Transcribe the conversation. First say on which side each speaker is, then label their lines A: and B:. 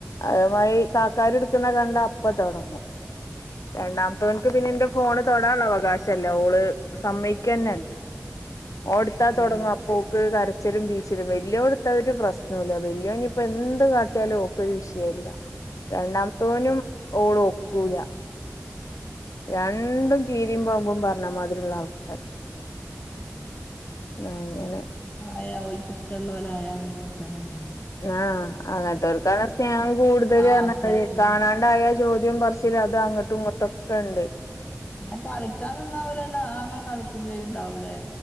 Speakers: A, on the left; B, on the left.
A: അഹ് മാതിരി കാക്കാര് ഇട്ക്ക്ണ കണ്ടാ അപ്പ തൊടങ്ങും രണ്ടാ റ്റോന്ക്ക് പിന്നെ ന്റെ ഫോണ് തൊടാള്ള അവകാശല്ല ഓള് സമ്മയിക്കെന്നെല്ല. ഓൻട്ത്താ
B: കിട്ടൂലല്ലേ
A: തൊടങ്ങും അപ്പോക്ക് കരച്ചലും ബീച്ചലും വല്ല്യോട് ഒരു പ്രസ്നോല്ല വല്ല്യോനിപ്പൊ എന്ത് കാട്ടിയാലും ഓക്കൊരു വിഷയല്ല രണ്ടാമത്തോനും ഓളും ഒക്കൂല.
B: ഉം.
A: രണ്ടും കീരീം പാമ്പും പറഞ്ഞമാതിരിള്ള ആൾക്കാരാ. അങ്ങനെ
B: <inaudible> ക്കായാ അവല്ക്ക് ഇഷ്ടള്ളോലായ ഓൽക്കങ്ങനേണ്
A: ആഹ് അങ്ങൻത്തോര്ക്കാണ് സ്നേഹം കൂട്തല്റഞ്ഞാല്
B: ആഹ് സ്നേഹം കൊടുക്കണം
A: കാണാണ്ടായാ ചോദ്യോം പറച്ചിലും അത് അങ്ങട്ടും ഇങ്ങട്ടൊക്കെണ്ട്
B: ന്ന കളിക്കാ നിന്നാ ഇവല് രണ്ടാളും അങ്ങനെ കളിക്കും ചെയ്യ്ണ്ടാവൂല്ലേ.